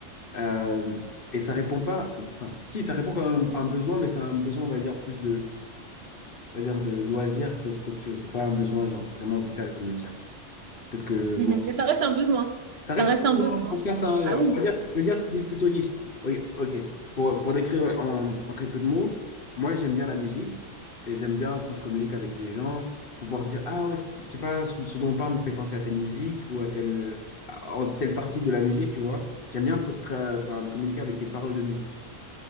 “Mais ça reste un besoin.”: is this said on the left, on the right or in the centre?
Right